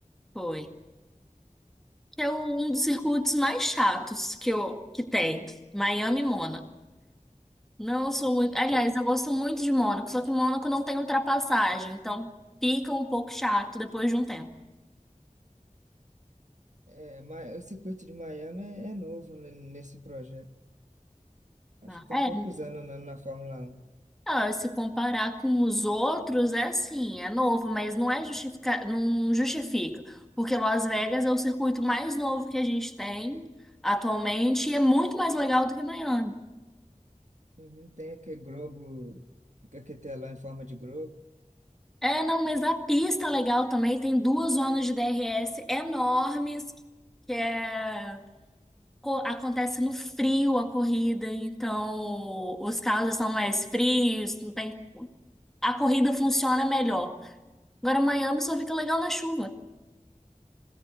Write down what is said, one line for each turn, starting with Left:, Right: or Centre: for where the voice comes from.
Centre: Foi. que é o- um dos circuitos mais chatos que, eu, que tem. Miami e Mônaco. Não sou muito. Aliás,
Right: É,
Centre: eu gosto muito de Mônaco, só que Mônaco não tem ultrapassagem, então fica um pouco chato depois de um tempo.
Right: é, Ma- o circuito de Miami é, é novo ne- nesse projeto. Acho
Centre: Ah,
Right: que está
Centre: É,
Right: poucos anos na, na Fórmula um
Centre: Ah, se comparar com os outros, é assim, é novo, mas não é justifica, não justifica, porque Las Vegas é o circuito mais novo que a gente tem atualmente e é muito mais legal do que Miami.
Right: Uhum, Tem aquele globo, aquele telão em forma de globo.
Centre: É, não, mas a pista é legal também tem duas zonas de DRS enormes, que é, co- acontece no frio a corrida, então os carros são mais frios, não tem, a corrida funciona melhor. Agora, Miami só fica legal na chuva.